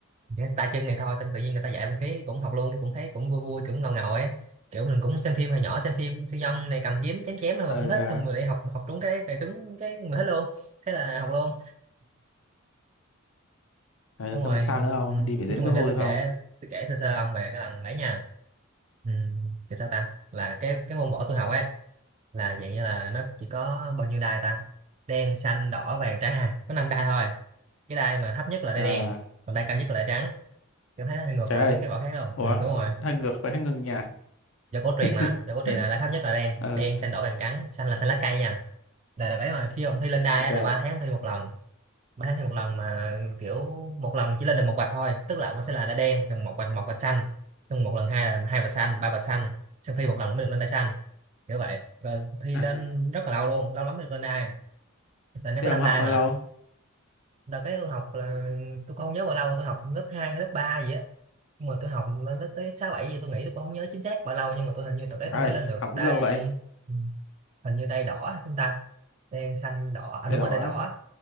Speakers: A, on the right (about 35°); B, on the left (about 65°).
A: Chỉ tay chân này thôi tâm tự nhiên người ta dạy binh khí cũng học luôn cũng thấy cũng vui vui cũng ngầu ngầu ấy kiểu mình cũng xem phim hồi nhỏ xem phim siêu nhân này cầm kiếm chém chém thôi mà
B: Ờ,
A: cũng thích
B: à,
A: xong rồi lại học học đúng cái cái đúng cái mình thích luôn thế là học luôn
B: ờ,
A: xong
B: xong
A: rồi
B: rồi sao nữa ông?
A: ừ. nói
B: Đi biểu diễn
A: chung
B: có
A: là để
B: vui
A: tôi
B: không?
A: kể tôi kể sơ sơ ông về cái lần đấy nha ừ. kiểu sao ta là cái cái môn võ tôi học ấy là dạng như là nó chỉ có bao nhiêu đai ta đen xanh đỏ vàng trắng à có năm đai thôi cái đai mà thấp nhất là đai
B: Ờ,
A: đen còn đai cao nhất là đai trắng tôi thấy nó hơi ngược
B: trời
A: lại
B: ơi.
A: với cái vỏ khác đâu
B: Ủa,
A: ừ, đúng
B: s-
A: rồi
B: hơi ngược phải hơi ngược nhà.
A: do cổ
B: <laughs>
A: truyền mà do cổ truyền là đai thấp nhất là đen
B: Ờ,
A: đen xanh đỏ vàng trắng xanh là xanh lá cây nha là đấy mà khi ông thi lên đai
B: ok.
A: á, là ba tháng thi một lần ba tháng thi một lần mà kiểu một lần chỉ lên được một vạch thôi tức là ông sẽ là đai đen rồi một vạch một vạch xanh xong một lần hai là hai vạch xanh ba vạch xanh xong thi một lần mới được lên đai xanh kiểu vậy rồi thi
B: À,
A: lên rất là lâu luôn lâu lắm mới được lên đai tại nó
B: thế
A: có
B: ông
A: năm
B: học
A: đai
B: bao
A: mà
B: lâu?
A: đợt cái tôi học là tôi cũng không nhớ bao lâu tôi học lớp 2 hay lớp 3 gì á nhưng mà tôi học lên lớp tới 6 7 gì tôi nghĩ tôi cũng không nhớ chính xác bao lâu nhưng mà tôi hình như đợt đấy
B: Trời
A: tôi
B: ơi,
A: mới lên được
B: học
A: đai
B: cũng lâu vậy.
A: ừ, hình như đai đỏ chúng ta đen xanh đỏ à
B: Tay
A: đúng
B: đỏ.
A: rồi đai đỏ